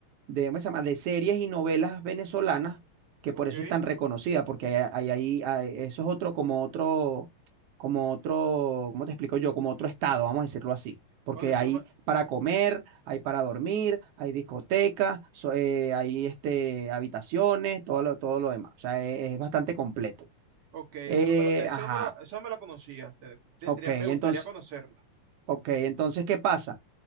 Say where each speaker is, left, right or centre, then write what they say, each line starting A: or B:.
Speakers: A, on the right; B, on the right.
A: de, ¿cómo se llama? de series y novelas venezolanas, que
B: ok.
A: por eso es tan reconocida, porque ahí, ahí, ahí- ahí- eso es otro, como otro, como otro, ¿cómo te explico yo? Como otro estado, vamos a decirlo así porque
B: Oye, eso
A: hay
B: no me,
A: para comer, hay para dormir, hay discotecas, so- eh, hay este, habitaciones, todo lo, todo lo demás. O sea, es, es bastante completo.
B: ok, esa
A: Eh,
B: no me la, eso
A: ajá,
B: no me lo- esa no me la conocía. Te- Tendría,
A: ok, entonces,
B: me gustaría conocerla.
A: ok, entonces, ¿qué pasa?